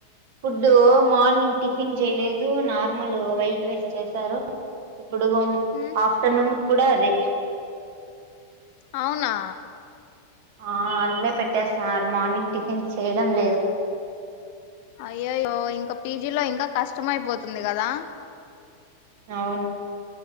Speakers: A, on the right; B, on the left.
A: ఫుడ్డు మార్నింగ్ టిఫిన్ చేయలేదు నార్మల్ వైట్ రైస్ చేశారు ఇప్పుడుగు
B: హ్మ్
A: ఆఫ్టర్నూన్ కుడ అదే
B: అవునా
A: ఆ అల్లే పెట్టేస్తున్నారు మార్నింగ్ టిఫిన్ చేయడం లేదు
B: అయ్యయ్యో ఇంకా పీజీలో ఇంకా కష్టమ అయిపోతుంది కదా
A: అవును